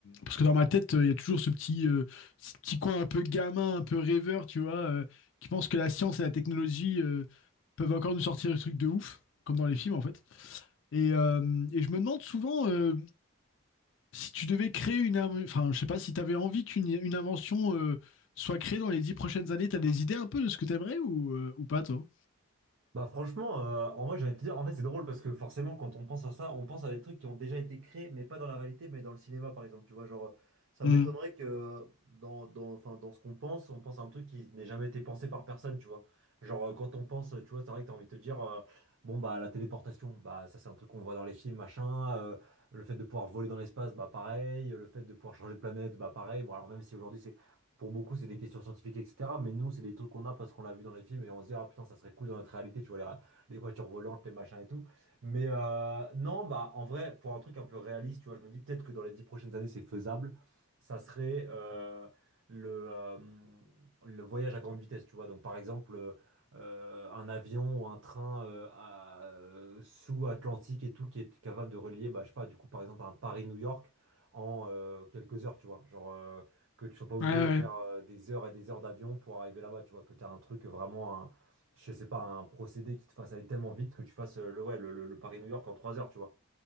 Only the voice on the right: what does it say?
Bah franchement, euh, en vrai, j'ai envie de te dire, en fait, c'est drôle parce que forcément, quand on pense à ça, on pense à des trucs qui ont déjà été créés, mais pas dans la réalité, mais dans le cinéma, par exemple. Tu vois, genre, euh, ça
m'étonnerait que euh, dans, dans, enfin, dans ce qu'on pense, on pense à un truc qui n'ait jamais été pensé par personne, tu vois. Genre, euh, quand on pense, tu vois, c'est vrai que t'as envie de te dire, euh, bon, bah, la téléportation, bah, ça, c'est un truc qu'on voit dans les films, machin. euh, le fait de pouvoir voler dans l'espace, bah, pareil. Le fait de pouvoir changer de planète, bah, pareil. Bon, alors, même si aujourd'hui, c'est pour beaucoup, c'est des questions scientifiques, etc. Mais nous, c'est des trucs qu'on a parce qu'on l'a vu dans les films et on se dit, ah putain, ça serait cool dans notre réalité, tu vois, les, ra- les voitures volantes, les machins et tout. Mais euh, non, bah en vrai, pour un truc un peu réaliste, tu vois, je me dis peut-être que dans les dix prochaines années, c'est faisable. Ça serait euh, le, euh, le voyage à grande vitesse, tu vois. Donc par exemple, euh, un avion ou un train euh, à- euh, sous-Atlantique et tout qui est capable de relier, bah, je sais pas, du coup, par exemple, un Paris-New York en euh, quelques heures, tu vois. Genre. euh, que tu sois pas obligé
de faire euh, des heures et des heures d'avion pour arriver là-bas, tu vois, que tu as un truc vraiment, un, je sais pas, un procédé qui te fasse aller tellement vite que tu fasses euh, le, ouais, le, le- le Paris-New York en 3 heures, tu vois.